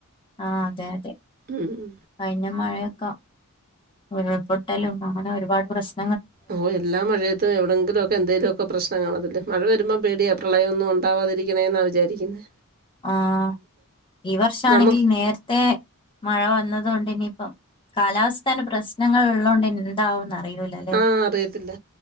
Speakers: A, on the left; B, on the right.
A: ആഹ് അതെ അതെ
B: ഉം
A: കഴിഞ്ഞ മഴയൊ ക്ക ഉരുൾപൊട്ടലും അങ്ങനെ ഒരുപാട് പ്രശ്ന
B: ഓഹ് എല്ലാ മഴയത്തും എവിടെയെങ്കിലും ഒക്കെ എന്തെലുക്കെ പ്രശ്നം കാണത്തില്ലേ മഴ വരുമ്പോം പേടിയാ പ്രളയം ഒന്നും ഉണ്ടാവാതിരിക്കണേ എന്നാണ് വിചാരിക്കുന്നേ
A: ആഹ് ഈ വർഷാണെങ്കി
B: നമുക്ക്
A: നേരത്തെ മഴ വന്നത് കൊണ്ട് ഇനി അപ്പം കാലാവസ്ഥൻ്റെ പ്രശ്നങ്ങൾ ഉള്ളൊണ്ട് എന്താവൂന്നാ കഴിയുലല്ലേ
B: ആ അറിയത്തില്ല.